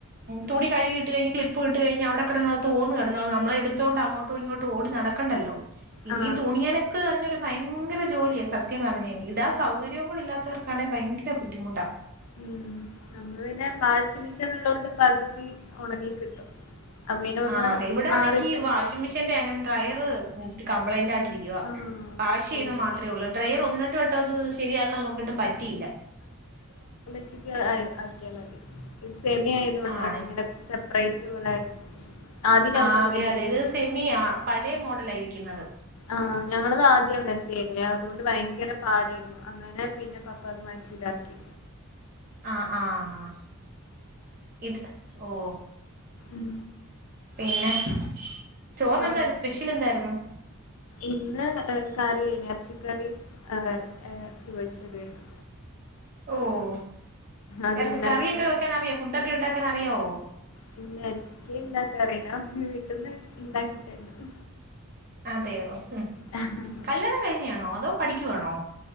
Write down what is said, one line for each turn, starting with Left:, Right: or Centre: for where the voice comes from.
Left: ഉം
Right: തുണി കഴുകിട്ട് കഴിഞ്ഞ്ട്ട്ള്ളെ പോയിട്ട് കഴിഞ്ഞ അവ്ട കെടന്ന് തോന്ന് കെടന്നോളും ഞമ്മളെ എട്ത്തോണ്ട് അങ്ങോട്ടും ഇങ്ങോട്ടും ഓടി നടക്കണ്ടല്ലൊ
Left: ആ
Right: ഈ തുണിയലക്ക തന്നെ ഒര് ഭയങ്കര ജോലിയ സത്യം പറഞ്ഞ ഇടാ സൗകര്യ കൂടി ഇല്ലാത്തവർക്കാണെ ഭയങ്കര ബുദ്ധിമുട്ട
Left: ഉം നമ്മ്ള് പിന്നെ വാസി മിസീൻ ഇള്ളോണ്ട് പകുതി ഒണങ്ങി കിട്ടും അപ്പൊ പിന്നെ
Right: ആഹ്
Left: ഒന്ന്
Right: അതെ. ഇവടാണെങ്കി
Left: ആറിട്ട് തന്നെ
Right: വാഷിംങ്
Left: മതി
Right: മെഷ്യേന്റെ അങ്ങനെന്തൊ അയെ കമ്പളയ്ന്റായിട്ടിരിക്ക്വ
Left: ആ
Right: വാഷീയ്ന്ന
Left: ഓ
Right: മാത്രെ ഉള്ളു. ഡ്രയറ് ഒന്ന് രണ്ട് വട്ടത് ശരിയാക്കാം നോക്കീട്ട് പറ്റിയില്ല
Left: ച്ചക്ക് അ ആക്ക്യാ മതി ഇത് സെമി ആയതോണ്ടാണ്
Right: ആണ്
Left: ഇങ്ങനെ സെ പ്രയ്റ്റ് പോലെ ആദ്യം ഞങ്ങക്ക്
Right: ആഹ്
Left: അങ്ങനെയായിരുന്നു
Right: അതെ അതെ ഇത് സെമിയാ പഴേ മോഡലാ ഇരിക്ക്ന്നത്
Left: ആഹ് ഞങ്ങളത് ആദ്യം അങ്ങൻത്തേന്നു അതോണ്ട് ഭയങ്കര പാടെ രുന്നു അങ്ങനെ പിന്നെ പപ്പ അത് മാറ്റിതാക്കി
Right: ആഹ് ആഹ് ഇത് ഓഹ്
Left: ഉം
Right: പിന്നെ ചോറിനെന്തായിരുന്നു
Left: അം
Right: സ്പെഷ്യൽ എന്തായിരുന്നു
Left: ഇന്ന് ഏഹ് കറീ എർച്ചിക്കറിം എർച്ചി പൊര്ച്ചതെര്ന്നു
Right: ഓഹ്
Left: അത്
Right: എർചി.
Left: ഇന്നലെ
Right: കറിയൊക്കെ
Left: തന്നെ
Right: വെക്കാനറിയൊ ഫുഡ്ഡൊക്കെ ഉണ്ടാക്കാനറിയാവൊ
Left: പിന്ന എനിക്ക് ഇണ്ടാക്കറീല്ല വീട്ട്ന്ന് ഇണ്ടാക്കിത്തര്ന്നത്
Right: അതെയോ ഹും
Left: ഹ ഹ ഹ
Right: കല്യാണം കഴിഞ്ഞതാണോ അതൊ പഠിക്കുവാണൊ